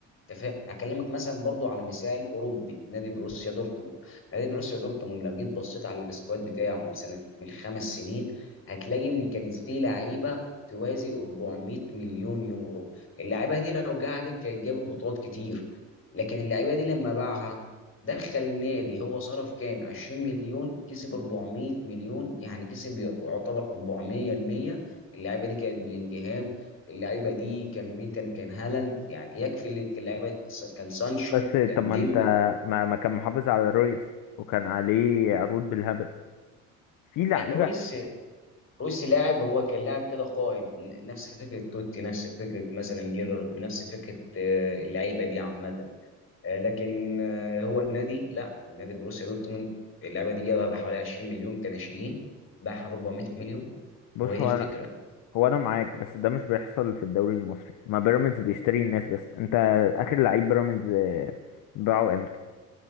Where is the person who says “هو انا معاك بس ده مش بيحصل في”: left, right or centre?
Left